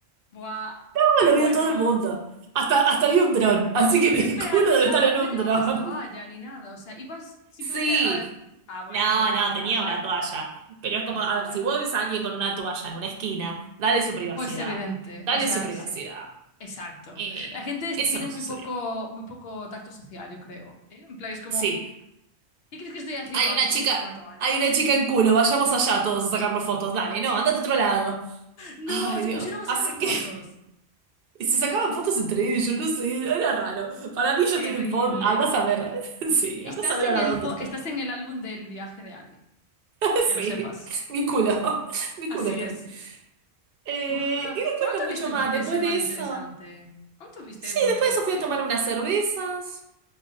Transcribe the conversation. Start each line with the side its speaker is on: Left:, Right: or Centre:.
Left: Buah.
Right: <laughs>
Left: Pero
Right: Lo
Left: bueno.
Right: vio todo el mundo. Hasta, hasta vi un dron. Así que
Left: Pero
Right: mi
Left: espera,
Right: <laughs> culo
Left: no
Right: debe
Left: llevaba,
Right: estar en un
Left: no llevabas
Right: dron.
Left: toalla ni nada, o sea, ibas simplemente
Right: Sí.
Left: a... des- Ah, bueno,
Right: No,
Left: entonces
Right: no,
Left: ni tan
Right: tenía
Left: mal.
Right: una toalla. Pero es
Left: Bueno,
Right: como, a ver,
Left: bueno.
Right: si vos ves a alguien con una toalla en una esquina, dale su privacidad.
Left: Pues evidente,
Right: Dale
Left: o sea,
Right: su privacidad.
Left: sí. Exacto.
Right: Eh,
Left: La gente es-
Right: eso
Left: tiene
Right: no
Left: muy
Right: sucedió.
Left: poco, muy poco tacto social, yo creo. ¿eh? En plan, es como,
Right: Sí,
Left: ¿qué crees que estoy haciendo
Right: hay
Left: aquí
Right: una chica,
Left: con una toalla?
Right: hay una chica en culo, vayamos allá todos a sacarnos fotos. Dale, no, andate a otro lado.
Left: No,
Right: Ay,
Left: se
Right: Dios.
Left: pusieron a
Right: Así
Left: sacar fotos.
Right: que <laughs> se sacaban fotos entre ellos, no sé, era raro. Para mí yo
Left: Terrible.
Right: estoy en foto. Anda a saber. <laughs> Sí,
Left: Estás
Right: anda a saber
Left: en
Right: ahora
Left: el,
Right: dónde
Left: fo-
Right: estoy.
Left: estás en el álbum del viaje de alguien,
Right: <laughs>
Left: que lo
Right: Sí,
Left: sepas.
Right: mi culo, <laughs> mi
Left: Así
Right: culo está
Left: es.
Right: ahí. Eh,
Left: Buah,
Right: y después
Left: ¿Bueno,
Right: no
Left: no
Right: mucho
Left: tuviste
Right: más,
Left: un fin
Right: después
Left: de semana
Right: de
Left: interesante?
Right: eso.
Left: ¿No tuviste
Right: Sí,
Left: un buen
Right: después
Left: fin
Right: de eso fui
Left: de...?
Right: a tomar unas cervezas.